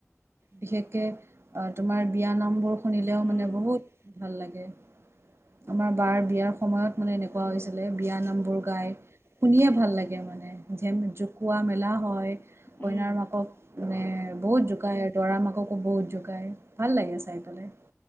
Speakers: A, on the right (about 55°); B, on the left (about 45°).
A: বিষেশকে তোমাৰ বিয়াৰ নামবোৰ। শুনিলেও মানে
B: উম
A: বহুত ভাল লাগে। আমাৰ বাৰ বিয়াৰ সময়ত, মানে এনেকুৱা
B: উম
A: হৈছিলে, বিয়া নাম বোৰ গাই, শুনিয়ে ভাল লাগে। মানে, জোকুৱা মেলা হয়, কইনাৰ
B: উম
A: মাকক মানে বহুত জোকাই, দৰা মাককো বহুত জোকাই, ভাল লাগে চাই পেলাই।